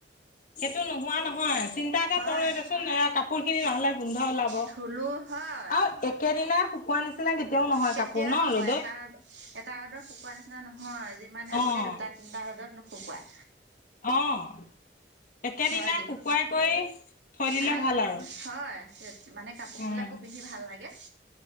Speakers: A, on the left (about 50°); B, on the right (about 80°).
A: সেইটো নোহোৱা নহয়। চিন্তা এটা
B: হয়
A: কৰো এ দেচোন এয়া কাপোৰ খিনি! গোন্ধ ওলাব
B: ধুলো হয়
A: আৰু একেদিনাই শুকোৱা নিচিনা <unintelligible>
B: কেতিয়াও
A: কাপোৰ ন
B: নহয়
A: ৰ'দত
B: এটা ৰ এটা ৰ'দত শুকোৱা নিচিনা। <unintelligible> হয় যিমানে আপুনি
A: অ',
B: দুটা তিনটা ৰ'দত শুকোৱায়।
A: অ'। একেদিনা
B: হয় দিয়ক
A: শুকুৱাই কৰি। থৈ দিলে
B: ভাল
A: আৰু
B: হয়। <unintelligible> মানে কাপোৰবিলাকো
A: উম,
B: পিন্ধি ভাল লাগে,